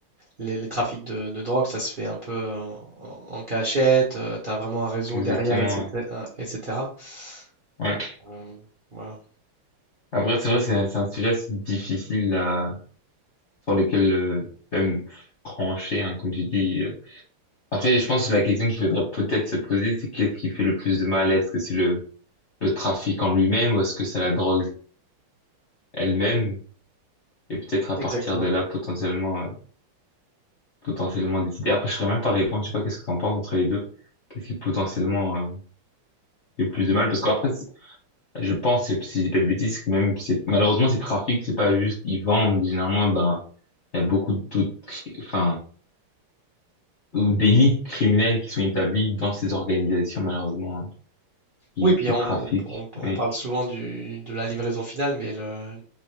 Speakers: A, on the right; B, on the left.
A: les, les trafics de, de drogue ça se fait un peu euh, en, en cachette, tu as vraiment un réseau
B: exactement
A: derrière etc.
B: ouais.
A: etc.
B: Ouais.
A: Donc euh, voilà,
B: Après, c'est vrai, c'est c'est un sujet assez difficile là, sur lequel euh, même trancher, hein, comme tu dis. euh. Après, je pense que la question qu'il faudrait peut-être se poser, c'est qu'est-ce qui fait le plus de mal? Est-ce que c'est le, le trafic en lui-même ou est-ce que c'est la drogue elle-même? Et peut-être à
A: exactement.
B: partir de là, potentiellement, euh, potentiellement décider. Après, je ne saurais même pas répondre. Je sais pas qu'est-ce que tu en penses entre les deux. Qu'est-ce qui potentiellement euh, fait plus de mal? Parce qu'après, Je pense, si je dis pas de bêtises, que même, c'est, malheureusement, ces trafics, c'est pas juste, ils vendent, généralement, ben, il y a beaucoup d'autres, cri- enfin, ou délits criminels qui sont établis dans ces organisations, malheureusement, hein, qui,
A: Oui, puis
B: qui
A: on,
B: trafiquent.
A: on- on- on
B: Oui,
A: parle souvent du, de la livraison finale, mais le,